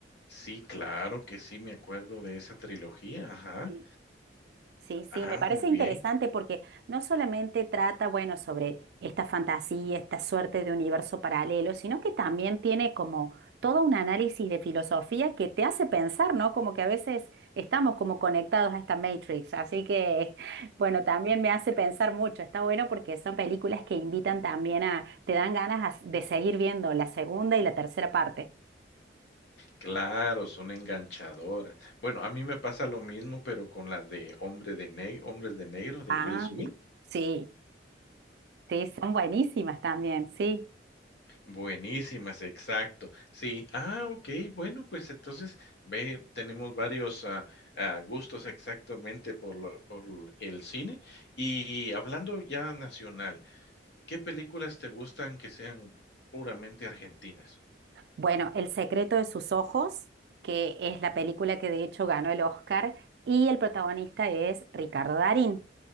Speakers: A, on the left; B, on the right.
A: Sí, claro que sí, me acuerdo de esa trilogía, ajá.
B: Sí. Sí, sí,
A: Ah,
B: me parece
A: muy bien.
B: interesante porque no solamente trata, bueno, sobre esta fantasía, esta suerte de universo paralelo, sino que también tiene como todo un análisis de filosofía que te hace pensar, ¿no? Como que a veces estamos como conectados a esta Matrix, así que, <laughs> bueno, también me hace pensar mucho. Está bueno porque son películas que invitan también a, te dan ganas a- de seguir viendo la segunda y la tercera parte.
A: Claro, son enganchadoras. Bueno, a mí me pasa lo mismo, pero con la de Hombre de ne, Hombres de Negro de
B: Ah,
A: Will Smith.
B: sí, sí, son buenísimas también, sí.
A: Buenísimas, exacto. Sí, ah, ok, bueno, pues entonces ve, tenemos varios ah, ah, gustos exactamente por, lo- por el cine. Y hablando ya nacional, ¿qué películas te gustan que sean puramente argentinas?
B: Bueno, El secreto de sus ojos, que es la película que de hecho ganó el Oscar, y el protagonista es Ricardo Darín,